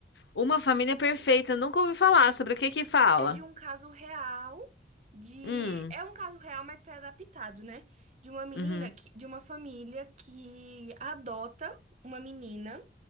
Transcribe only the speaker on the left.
Uma Família Perfeita. Nunca ouvi falar sobre o que que fala.
Hum,
uhum,